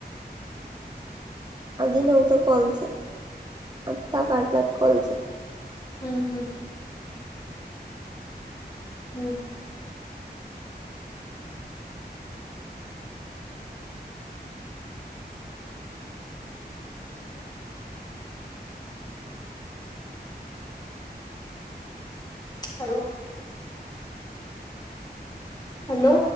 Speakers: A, on the right; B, on the left.
A: आधी नव्हतं कॉल्च आत्ता काढलात कॉल्च
B: हम्म हम्म हम्म हॅलो हॅलो